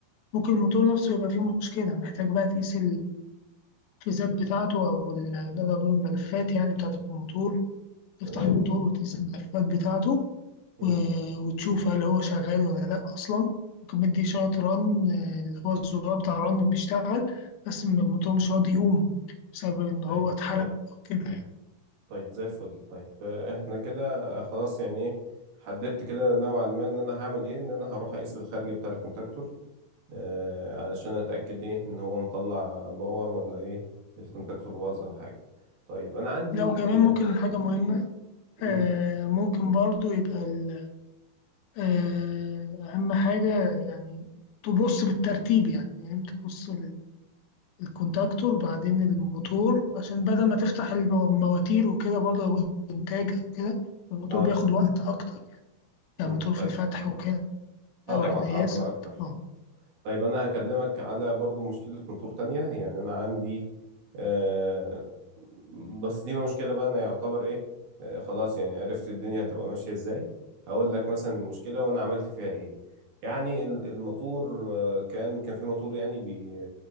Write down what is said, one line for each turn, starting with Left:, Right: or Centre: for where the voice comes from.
Left: ممكن الموتور نفسه يبقى فيه مشكلة محتاج بقى تقيس الفيزات بتاعته أو ال- نقدر نقول الملفات يعني بتاعة الموتور تفتح
Right: تمام
Left: الموتور وتقيس الملفات بتاعته
Right: مم.
Left: و- وتشوف هل هو شغال ولا لأ أصلا ممكن مدي إشارة رن آه، اللي هو الزرار بتاع الرن بيشتغل بس م- الموتور مش راضي يقوم بسبب إن هو
Right: أيوه
Left: اتحرق
Right: حلو
Left: أو كده
Right: طيب زي الفل طيب آه، إحنا كده آه، خلاص يعني إيه حددت كده نوعا ما إن أنا هعمل إيه إن أنا هروح أقيس الخارج بتاع الكونتاكتور آه علشان أتأكد إيه إن هو مطلع باور ولا إيه الكونتاكتور باظ أو حاجة طيب أنا عندي
Left: لو كمان ممكن
Right: آه
Left: حاجة مهمة
Right: مم،
Left: آه، ممكن برضو يبقى ال- آه، أهم حاجة يعني تبص بالترتيب يعني يعني تبص الكونتاكتور بعدين الموتور عشان بدل ما تفتح المو- المواتير وكده برضه أو الإنتاج أو كده الموتور
Right: آه
Left: بياخد وقت أكتر يعني
Right: مم.
Left: الموتور في
Right: طيب
Left: الفتح وكده
Right: اه
Left: والقياس
Right: طبعا عطلة
Left: أكتر
Right: اكتر
Left: أه
Right: طيب انا هكلمك على برضو مشكلة موتور تانية يعني انا عندي آه بس دي مشكلة بقى انا يعتبر ايه آه خلاص يعني عرفت الدنيا هتبقى ماشية ازاي هقول لك مثلا المشكلة وانا عملت فيها ايه يعني ال- الموتور آه كان كان في موتور يعني بي